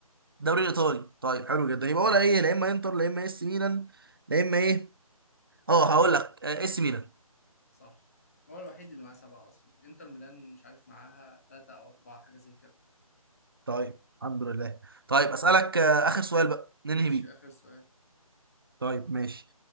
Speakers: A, on the right; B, on the left.
A: الدوري الايطالي طيب حلو جدا يبقى ولا ايه لا اما انتر لا اما اس ميلان لا اما ايه اه هقول لك آه، اس ميلان
B: صح هو الوحيد اللي معاه سبعة أصلا إنتر ميلان مش عارف معاها ثلاثة أو أربعة حاجة زي كده
A: طيب الحمد لله طيب اسالك آه، اخر سؤال بقى ننهي
B: ماشي
A: بيه
B: آخر سؤال
A: طيب ماشي